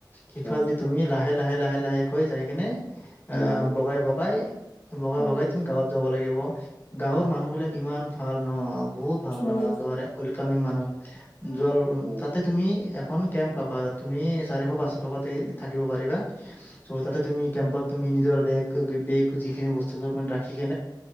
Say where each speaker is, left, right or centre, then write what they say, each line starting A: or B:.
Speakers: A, on the left (about 25°); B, on the left (about 45°).
A: সফালে
B: উম
A: দি তুমি লাহে, লাহে, লাহে, লাহে কৈ যাই কিনে আহ
B: উম
A: বগাই, বগাই বগাই,
B: উম
A: বগাই তুমি গাঁৱত যাব লাগিব গাঁৱৰ মানুহ বিলাক ইমান ভাল ন বহুত ভাল লগা
B: উম
A: একেবাৰে ওৱেলকামিং মানুহ য
B: উম
A: তাতে তুমি এখন কেম্প পাবা তুমি চাৰিশ পাঁচশ টকা থা পিবা' তাতে তুমি কেম্পত তুমি নিজৰ বেগ বেগ যিখিনি বস্তু চ ৰাখি কি